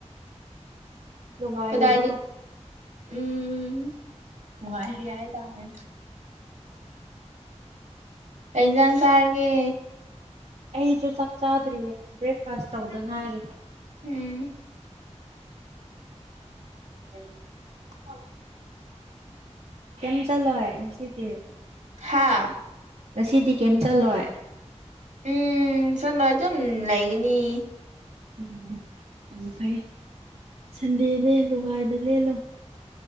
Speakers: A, on the right (about 70°); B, on the right (about 85°).
A: ꯅꯨꯡꯉꯥꯏꯔꯤꯕ꯭ꯔꯣ
B: ꯀꯗꯥꯏꯗ ꯎꯝ ꯅꯨꯡꯉꯥꯏꯔꯤ ꯍꯥꯏ ꯇꯥꯔꯦ ꯀꯩꯖꯥꯡ ꯆꯥꯔꯒꯦ
A: ꯑꯩꯁꯨ ꯆꯥꯛ ꯆꯥꯗ꯭ꯔꯤꯌꯦ ꯕ꯭ꯔꯦꯛꯐꯥꯁ ꯇꯧꯗ ꯉꯥꯏꯔꯤ
B: ꯎꯝ <inaudible>
A: ꯀꯩꯝ ꯆꯠꯂꯣꯏ ꯉꯁꯤꯗꯤ
B: ꯍꯥꯥ
A: ꯉꯁꯤꯗꯤ ꯀꯩꯝ ꯆꯠꯂꯣꯏ
B: ꯎꯝ ꯆꯠꯂ ꯑꯗꯨꯝ ꯂꯩꯒꯅꯤ
A: ꯎꯝ ꯍꯝ ꯌꯥꯝ ꯐꯩ ꯁꯟꯗꯦꯅꯦ ꯅꯨꯡꯉꯥꯏꯅ ꯂꯦꯜꯂꯣ